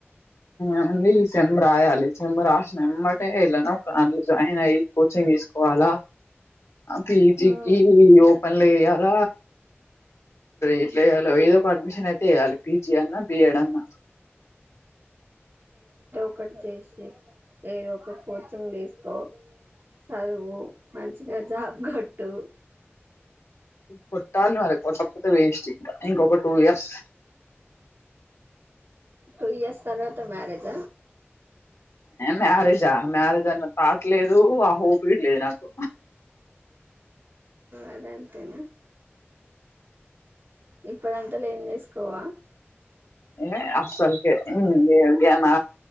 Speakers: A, on the left; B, on the right.
A: ఓన్లీ సెంబ్ రాయాలి సెంబ్ రాసినంబటే వెళ్ళనా ఒక జాయిన్ అయ్యి కోచింగ్ తీసుకోవాలా పి జి
B: ఉమ్
A: కి ఓపెన్ లో ఎయ్యాల ఇట్లే ఏదో ఒక అడ్మిషన్ అయితే ఏయ్యాలి పీ జీ అన్న పియడన్న
B: ఒకట్ చేసి ఏదో ఒక కోచింగ్ తిస్ సాదువు మంచిగా జాబ్ కొట్టు
A: కొట్టాలిరా లేకపోతే వేస్ట్ ఇంకా ఏం ఇంకొక టూ ఇయర్స్
B: టూ ఇయర్స్ తర్వాత మ్యారేజ
A: మ్యారేజా మ్యారేజ్ అన్న తాట్ లేదు ఆ హోప్ ఇట్లేదు నాకు
B: అది అంతేనా ఇప్పుడ అంతలా ఏం చేసుకోవా
A: ఏ అసలుకే ఏ గనా